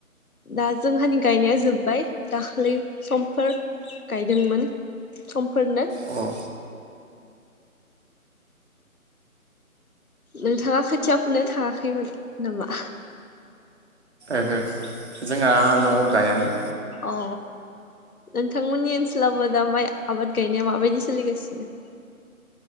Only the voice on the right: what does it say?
अ औ
ओहो जोंहा न'आव गायानो।